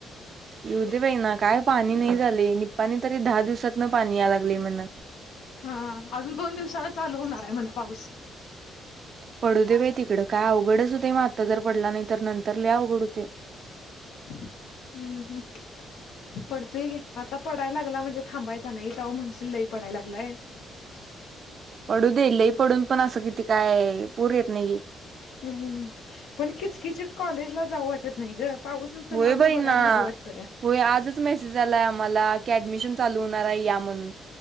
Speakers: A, on the right; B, on the left.
A: येऊ दे बाई ना काय पाणी नाही झाले नि पाणी तरी दहा दिवसात कुठनं पानी आणायला लागली म्हन.?
B: हा अजून दोन दिवसाला चालू होणार आहे म्हण पाऊस.
A: पडू दे बाई तिकडं काय अवघडच होते मग आत्ता जर पडला नाही तर नंतर ल अवघड होतय.
B: हम्म हम्म. पडतोय घे आता पडायला लागला म्हणजे थांबायचा नाही तवा म्हणशील लई पडाय लागलाय. रिकामा ऑडिओ
A: पडू दे लही पडून पण असं किती काय पूर येत नाहीये.
B: हम्म पण किचकिचत कॉलेजला जाऊ वाटत नाही ग पाऊसच
A: होय
B: लांब
A: बाई
B: बघाय.
A: ना
B: वाटतं या
A: होय आजच मेसेज आलाय आम्हाला की ऍडमिशन चालू होणार आहे या म्हणून.